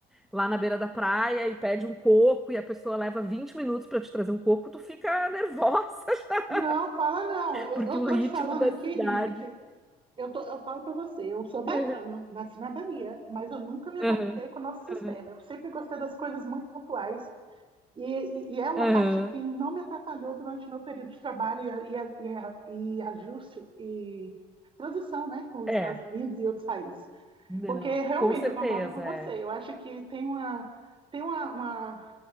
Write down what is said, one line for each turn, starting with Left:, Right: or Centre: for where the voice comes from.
Centre: lá na beira da praia e pede um coco e a pessoa leva 20 minutos para te trazer um coco, tu fica nervosa, <laughs>
Right: Não, fala não. Eu,
Centre: porque
Right: eu
Centre: o
Right: tô
Centre: ritmo
Right: te falando
Centre: da
Right: aqui,
Centre: cidade.
Right: menina, que Eu, tô- eu falo pra você, eu sou baiano,
Centre: <laughs>
Right: nasci na Bahia, mas eu nunca me adaptei
Centre: Aham,
Right: com o nosso sistema.
Centre: aham,
Right: Eu sempre gostei das coisas muito pontuais e, e- e é uma
Centre: aham.
Right: parte que não me atrapalhou durante meu período de trabalho e, a- e, a- e, a- e ajuste e transição, né, com os
Centre: É,
Right: Estados Unidos e outros países.
Centre: não,
Right: Porque realmente
Centre: com certeza,
Right: eu concordo com você.
Centre: é.
Right: Eu acho que tem uma tem uma, uma